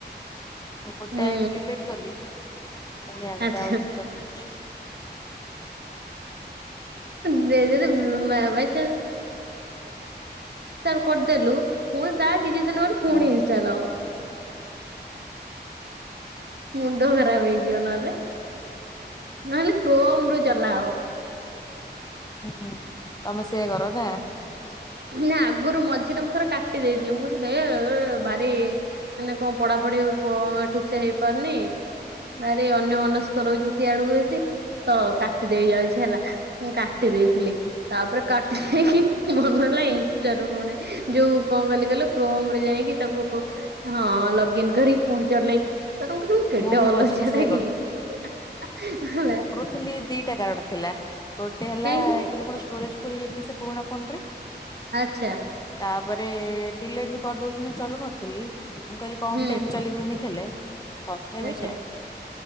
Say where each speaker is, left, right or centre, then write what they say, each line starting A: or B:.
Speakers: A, on the left; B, on the right.
A: ମୁଁ ଗୋଟେ
B: ହୁଁ
A: ଆଇଡି ଡିଲେଟ କଲି ପୁଣି ଆଉ ଗୋଟେ
B: ଆଚ୍ଛା
A: ଆଇଡି ଚଲଉଛି। <unintelligible>
B: ଯଦିାଇନ୍ସଇନ୍ଲ କରିଦେଲୁ <unintelligible> ପୁଣୀ ତା କିଛି ଦିନ ପରେ ପୁଣି
A: ହଁ।
B: ଇନଷ୍ଟା ଲଭ୍। ମୁଣ୍ଡ ଖରାପ ହେଇଯିବ ନହେଲେ ନହେଲେ କ୍ରୋମ ରୁ ଚଲା ହବ।
A: ହୁଁ ତମେ ସେଏ କରଥା।
B: ନା ଆଗରୁ ମଝିରେ ମୁଁ ଥର କାଟି ଦେଇଥିଲି ମୁଁ ହେ ଭାରି ମାନେ କଣ ପଢା ପଢି କ ଠିକ ସେ ହେଇପାରୁନି। ଭାରି ଅନ୍ୟ ମନସ୍କ ରହୁଛି ସିଆଡକୁ ବେଶୀ ତ କାଟି ଦେବି ଯାଉଛି ହେଲା ମୁଁ କାଟି ଦେଇଥିଲି ତାପରେ କାଟି ଦେଇକି ମୁଁ ନହେଲ ଇନଷ୍ଠା ରୁ ପୁଣି ଯୋଉ କଣ କଲି କହ କ୍ରୋମ ରେ ଯାଇକି ତାକୁ ହଁ ଲଗଇନ କରି ଫୁଣି ଚାଲେ ତା ପରେ କହିଲେ ମୁଁ କେଡେ
A: ବି
B: ଅଲାଜୁକ
A: ମଝିରେ ସେଇଆ
B: ଟା କି ହେଲା।
A: ଥିଲି ଦିଇଟା କାରଣ ଥିଲା। ଗୋଟେ ହେଲା
B: କାହିଁକି
A: ଏକ ରେ ଷ୍ଟୋରେଜ ଫୁଲୁ ହେଇଯାଇଥିଲା ସେ ପୁରୁଣା ଫୋନରେ।
B: ଆଚ୍ଛା
A: ତାପରେ ଡିଲେଟ ବି କରିଦଉଥିଲୀ ଚଲଉନଥିଲି ମୁଁ କହିଲି କମ୍
B: ହୁଁ
A: ଟାଇମ୍ ଚାଲିମିମି ଥିଲେ ତଥାପି
B: ଆଚ୍ଛା
A: ଯାଏ।